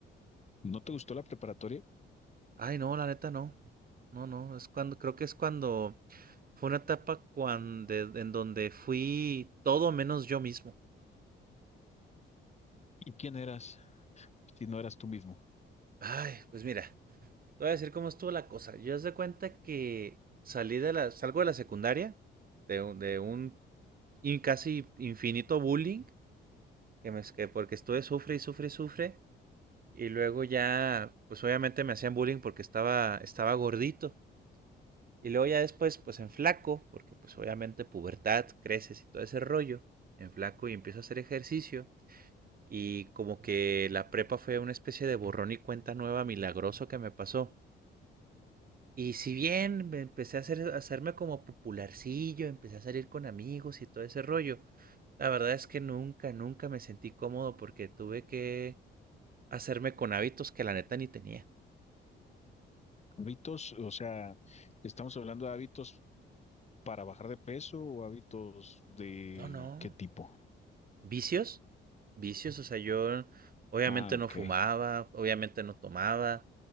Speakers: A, on the left (about 35°); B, on the right (about 45°).
A: ¿No te gustó la preparatoria?
B: Ay, no, la neta no. No, no, es cuando, creo que es cuando fue una etapa cuando, en donde fui todo menos yo mismo.
A: ¿Y quién eras si no eras tú mismo?
B: Ay, pues mira, te voy a decir cómo estuvo la cosa. Yo haz de cuenta que salí de la, salgo de la secundaria, de, un- de un in- casi infinito bullying, que me, que porque estuve sufre y sufre y sufre, Y luego ya, pues obviamente me hacían bullying porque estaba, estaba gordito. Y luego ya después, pues en flaco, porque pues obviamente pubertad, creces y todo ese rollo. En flaco y empiezo a hacer ejercicio. Y como que la prepa fue una especie de borrón y cuenta nueva milagroso que me pasó. Y si bien me empecé a, hacer, a hacerme como popularcillo, empecé a salir con amigos y todo ese rollo, la verdad es que nunca, nunca me sentí cómodo porque tuve que hacerme con hábitos que la neta ni tenía.
A: Hábitos, o sea, estamos hablando de hábitos para bajar de peso o hábitos de
B: No, no,
A: qué tipo?
B: Vicios, vicios, o sea, yo obviamente
A: Ah, ok,
B: no fumaba, obviamente no tomaba,